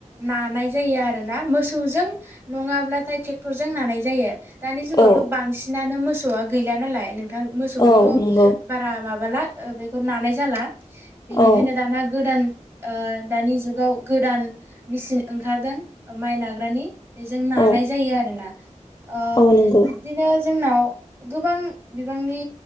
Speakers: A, on the right; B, on the left.
A: नानाय जायो आरो ना मोसौजों नङाब्लाथाय ट्रेक्टरजों नानाय जायो दानि जुगावथ'
B: औ
A: बांसिन नानो मोसौआ गैला नालाय। नोंथां मोसौजोंथ
B: औ नंगौ
A: बारा माबाला बेखौ नानाय जाला बेनिखायनो
B: औ
A: दाना गोदान ओ दानि जुगाव गोदान मेसिन ओंखारदों माइ नाग्रानि बेजों नानाय
B: औ
A: जायो आरो ना ओ
B: औ नंगौ
A: बिदिनो जोंनाव गोबां बिबांनि